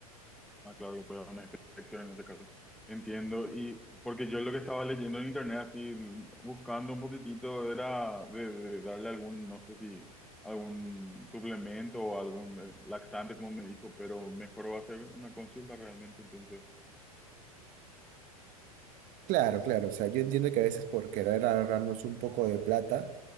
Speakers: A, in the centre; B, on the right.
A: Ah, claro, que puede haber una inspección en ese caso. Entiendo, y porque yo lo que estaba leyendo en internet, así, buscando un poquitito, era de, de darle algún, no sé si, algún suplemento o algún eh, laxante, como me dijo, pero mejor va a ser una consulta realmente, entonces.
B: Claro, claro. O sea, yo entiendo que a veces por querer ahorrarnos un poco de plata,